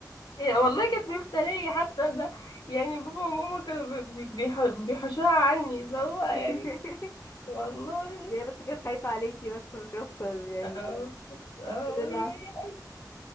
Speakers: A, on the left; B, on the left.
A: هي والله كانت مفترية حتى ده يعني بابا وماما كانوا بي- بي- بيح- بيحوشوها عني اللي هو يعني
B: <laughs>
A: والله
B: يعني بس كانت خايفة عليكي بس مش اكتر يعني
A: اه اه
B: كل اللي
A: هي
B: حصل.
A: هي